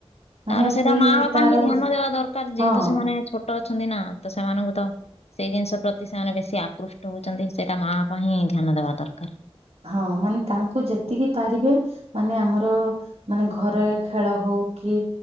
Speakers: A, on the right; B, on the left.
A: ମାନେ
B: ତାର ସେଇଟା
A: ସେଇ
B: ମା ବାପା
A: ତାର
B: ହିଁ ଧ୍ୟାନ ଦେବା ଦରକାର ଯେହେତୁ
A: ହଁ
B: ସେମାନେ ଛୋ ଟ ଅଛନ୍ତି ନା ତ ସେମାନଙ୍କୁ ତ ସେଇ ଜିନିଷ ପ୍ରତି ସେମାନେ ବେଶୀ ଆକୃ ଟ ହଉଛନ୍ତି ସେଟା ମା ପାଇଁ ହିଁ ଧ୍ୟାନ ଦେବା ଦରକାର।
A: ହଁ ମାନେ ତାଙ୍କୁ ଯେତିକି ପାରିବେ ମାନେ ଆମର ମାନେ ଘରେ ଖେଳ ହଉ କି